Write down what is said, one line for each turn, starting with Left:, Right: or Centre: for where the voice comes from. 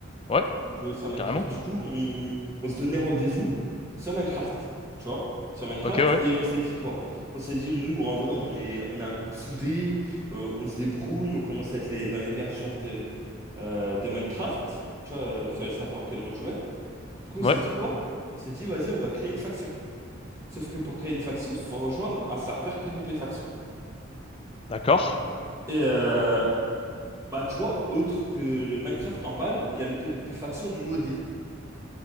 Left: Ouais,
Right: Je jouais aussi à Minecraft.
Left: carrément.
Right: Du coup, on, on se donnait rendez-vous sur Minecraft, tu vois, sur Minecraft.
Left: Ok, ouais.
Right: Et on s'est dit quoi? On s'est dit, nous, en vrai, on est, on a un groupe soudé, euh, on se débrouille, on commence à être les, dans les meilleurs joueurs de, euh, de Minecraft, tu vois, euh, sur les serveurs auxquels on jouait. Du coup, on
Left: Ouais,
Right: s'est dit quoi? On s'est dit, vas-y, on va créer une faction. Sauf que pour créer une faction, faut rejoindre un serveur PVP faction.
Left: d'accord.
Right: Et euh, bah, tu vois, autre que le Minecraft normal, il y a le PVP faction modé.